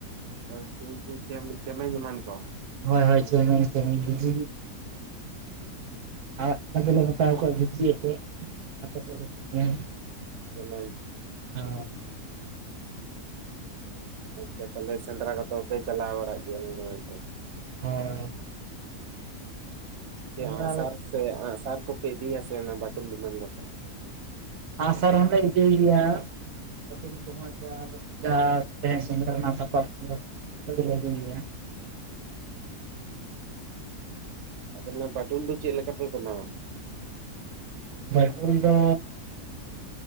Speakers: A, on the right (about 55°); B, on the right (about 75°).
A: ᱦᱳᱭᱛᱳ ᱩᱱᱠᱩ ᱪᱮᱢᱮᱧ ᱮᱢᱟᱱ ᱠᱚ ᱾
B: ᱦᱳᱭ ᱦᱳᱭ ᱪᱮᱢᱮᱧ ᱪᱮᱢᱮᱧ, ᱵᱤᱡᱤ ᱟᱼᱟᱼᱟᱫᱚ ᱞᱮ ᱢᱮᱛᱟ ᱟᱠᱚᱣᱟ ᱵᱤᱡᱤ ᱟᱛᱮ ᱾ ᱟᱯᱮ ᱥᱮᱫ ᱫᱚ ᱪᱮᱢᱮᱧ ᱾
A: ᱪᱮᱢᱮᱧ ᱾
B: ᱦᱚ ᱾
A: ᱟᱪᱪᱷᱟ ᱛᱟᱦᱞᱮ ᱥᱮᱸᱫᱽᱨᱟ ᱠᱚᱫᱚ ᱯᱮ ᱪᱟᱞᱟᱣ ᱵᱟᱲᱟᱜ ᱜᱮᱭᱟ ᱢᱟᱡᱷᱮ ᱢᱟᱡᱷᱮ?
B: ᱦᱳᱭ ᱾
A: ᱪᱮᱫ
B: ᱥᱮᱸᱫᱽᱨᱟ
A: ᱟᱸᱜ ᱥᱟᱨ ᱥᱮ ᱟᱸᱜ ᱥᱟᱨ ᱠᱚᱯᱮ ᱤᱫᱤᱭᱟ ᱥᱮ ᱵᱟᱴᱩᱞ ᱮᱢᱟᱱ ᱠᱚᱛᱮ?
B: ᱟᱸᱜ ᱥᱟᱨ ᱦᱚᱸᱞᱮ ᱤᱫᱤ ᱜᱮᱭᱟ ᱾ ᱱᱚᱜᱼᱚᱭ ᱡᱟ ᱡᱟ ᱥᱮᱸᱫᱽᱨᱟ ᱨᱮᱱᱟᱜ ᱥᱟᱯᱟᱵ ᱠᱚ ᱫᱚᱞᱮ ᱤᱫᱤ ᱜᱮᱭᱟ ᱾
A: ᱟᱫᱚ ᱚᱱᱟ ᱵᱟᱴᱩᱞ ᱫᱚ ᱪᱮᱫ ᱞᱮᱠᱟᱯᱮ ᱵᱮᱱᱟᱣᱟ?
B: ᱵᱟᱴᱩᱞ ᱫᱚ